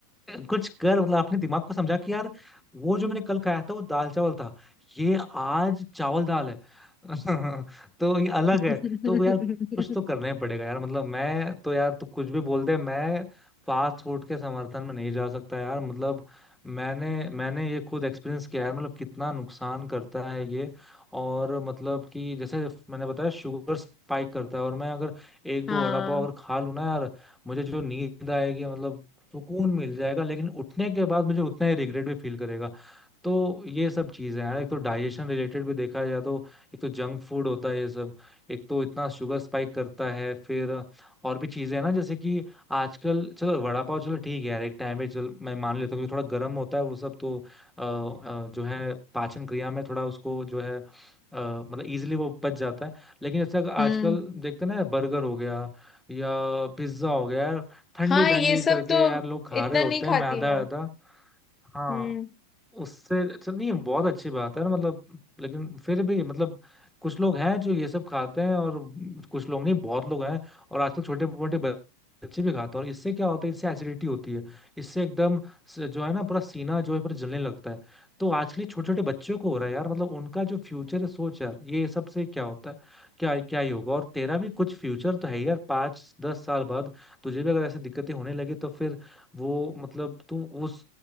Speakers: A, in the centre; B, on the left.
A: कुछ कर मतलब अपने दिमाग को समझा कि यार वो जो मैंने कल खाया था वो दाल चावल था ये आज चावल दाल है <laughs> तो ये अलग
B: <laughs>
A: है तो यार कुछ तो करना ही पड़ेगा यार मतलब मैं तो यार तू कुछ भी बोल दे मैं फास्ट फूड के समर्थन में नहीं जा सकता यार मतलब मैंने मैंने ये खुद एक्सपीरियंस किया है मतलब कितना नुकसान करता है ये और मतलब कि जैसे मैंने बताया शुगर स्पाइक करता है और मैं अगर एक
B: हाँ
A: दो वड़ा पाव अगर खा लूँ ना यार मुझे जो नींद आएगी मतलब सुकून मिल जाएगा लेकिन उठने के बाद मुझे उतना ही रिग्रेट भी फील करेगा तो ये सब चीजें हैं यार। एक तो डाइजेशन रिलेटेड भी देखा जाए तो एक तो जंक फूड होता है ये सब एक तो इतना शुगर स्पाइक करता है फिर और भी चीजें हैं ना जैसे कि आजकल चलो वड़ा पाव चलो ठीक है यार एक टाइम पे चल मैं मान लेता हूँ कि थोड़ा गर्म होता है वो सब तो अ, अ, जो है पाचन क्रिया में थोड़ा उसको जो है अ, मतलब इजीली वो पच जाता है लेकिन जैसे अगर आजकल
B: हम्म
A: देखते हैं ना बर्गर हो गया या पिज्जा हो गया ठंडी
B: हाँ
A: ठंडी
B: ये सब
A: करके
B: तो
A: यार लोग खा
B: इतना
A: रहे होते
B: नहीं खाती
A: हैं मैदा
B: मैं
A: वैदा हाँ
B: हम्म
A: उससे अच्छा नहीं बहुत अच्छी बात है ना मतलब लेकिन फिर भी मतलब कुछ लोग हैं जो ये सब खाते हैं और कुछ लोग नहीं बहुत लोग हैं और आजकल छोटे मोटे बच्चे भी खाते हैं और इससे क्या होता है इससे एसिडिटी होती है इससे एकदम स- जो है ना पूरा सीना जो है पूरा जलने लगता है तो आजकल छोटे छोटे बच्चों को हो रहा है यार मतलब उनका जो फ्यूचर है सोच यार ये सब से क्या होता है क्या क्या ही होगा और तेरा भी कुछ फ्यूचर तो है ही यार पाँच दस साल बाद तुझे भी अगर ऐसी दिक्कतें होने लगी तो फिर वो मतलब तू उस